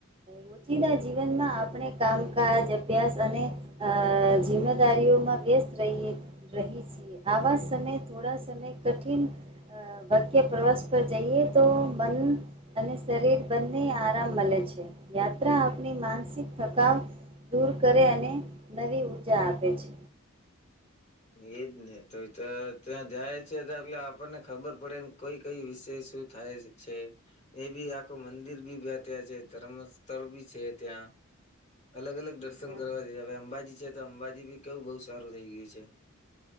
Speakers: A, on the right; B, on the left.
A: રોજીિના જીવનમાં આપણે કામકાજ અભ્યાસ અને અ જિમ્મેદારીઓમાં વ્યસ્ત રહી રહી છે. આવા સમય થોડા સમય કઠિન વાક્ય પ્રવાસ પર જઈએ તો મન અને શરીર. બંને આરામ મળે છે યાત્રા આપણી માનસિક થકાવ દૂર કરે અને નવી ઉઊર્જા આપે છે.
B: એજ ને તો એ તો ત્યાં જાય છે તો એટલે આપણને ખબર પડેને કોઈ કઈ વિષય શ થાય શી છે. એ બી આખું મંદિર બી બે ત્યા છે ધર્મ સ્થળ બી છે ત્યાં અલગ અલગ દર્શન
A: હા,
B: કરવા દઈ હવે અંબાજી છે તો અંબાજી બી કેવું બહુ સારું થઇ ગયું છે. જે